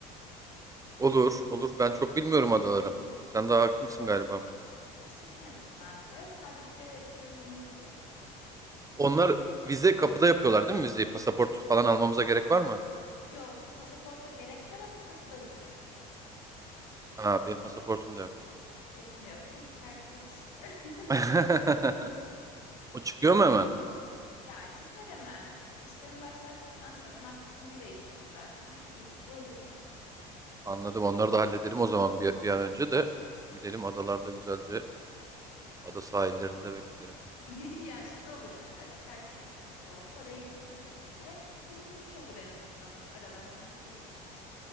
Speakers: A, on the right (about 15°); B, on the left (about 80°).
A: Olur. Olur. Ben çok bilmiyorum adaları. Sen
B: Hı
A: daha
B: hı.
A: hakimsin galiba.
B: Hiç gitmedim ben de. Sadece duyduğum kadarıyla yani.
A: Onlar vize kapıda yapıyorlar değil mi vizeyi? Pasaport falan almamıza gerek var mı?
B: Yok, pasaporta gerek var ama kapıda vize.
A: Ha benim pasaportum da yok.
B: Benim de yok ama çıkartacağız işte. <laughs>
A: <laughs> O çıkıyor mu hemen?
B: Ya çıkar hemen. E, İşlemi başlattıktan sonra maksimum bir ay içinde zaten elinde olur.
A: Anladım. Onları da halledelim o zaman bir, bir an önce de gidelim adalarda güzelce ada sahillerinde bekleyelim.
B: <laughs> Ya şu da olur mesela çıkartırız pasaportu oraya gitmesek bile bulunmuş olur en azından aradan çıkmış olur.